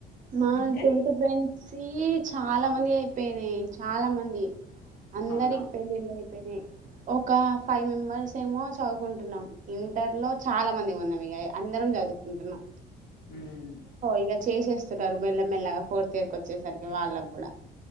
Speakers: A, on the right; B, on the left.
A: మా
B: కానీ
A: టెన్త్ ఫ్రెండ్స్ యి చాలా మంది అయిపోయినాయి చాలా మంది అందరికి
B: అవునా
A: పెళ్ళిళ్ళయి ఒక ఫైవ్ మెంబర్స్ ఏమో చదువుకుంటున్నాం ఇంటర్ లో చాలా మంది ఉన్నాం అందరం చదువుకుంటున్నాం
B: హ్మ్
A: ఇక చేసేస్తున్నారు మెల్లమెల్లగా ఫోర్త్ ఇయర్ కి వచ్చేసరికి వాళ్ళకి కూడా